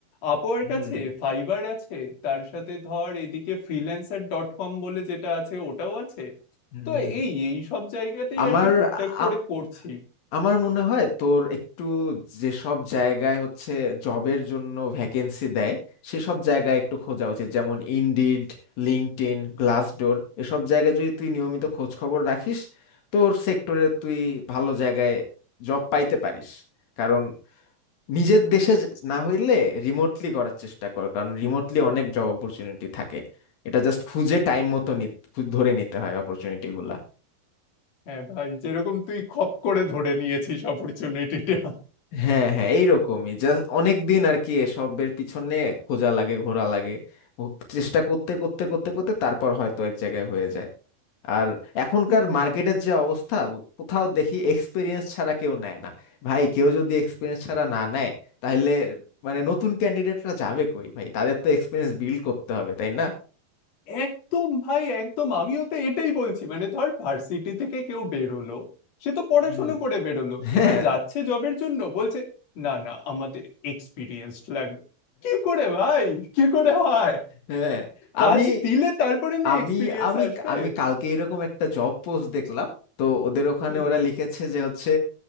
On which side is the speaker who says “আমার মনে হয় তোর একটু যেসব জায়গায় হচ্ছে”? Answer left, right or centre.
Left